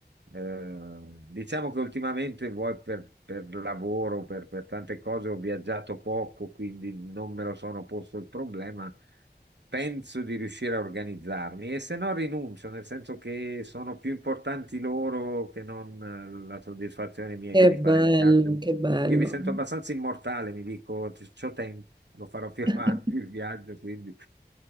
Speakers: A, on the right; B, on the right.
A: eh, diciamo che ultimamente vuoi per, per lavoro, per, per tante cose ho viaggiato poco, quindi non me lo sono posto il problema Penso di riuscire a organizzarmi e se no rinuncio, nel senso che sono più importanti loro che non eh, la soddisfazione mia
B: Che
A: di
B: bello,
A: fare il viaggio.
B: che bello.
A: Io mi sento abbastanza immortale, mi dico, "C- c'ho tempo, lo farò più
B: <laughs>
A: <laughs> avanti il viaggio, quindi